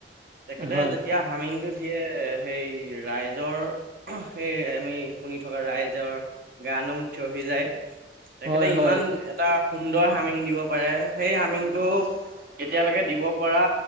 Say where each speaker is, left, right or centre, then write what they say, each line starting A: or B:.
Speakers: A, on the right; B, on the right.
A: তেখেতে
B: হয়
A: যেতিয়া হামিংটো দিয়ে সেই ৰাইজৰ সেই আমি শুনি থকা ৰাইজৰ গা নোম থিয়হি যায়। তেখেতে
B: হয় হয়
A: ইমান এটা সুন্দৰ হামিং দিব পাৰে, সেই হামিংটো এতিয়ালৈকে দিব পৰা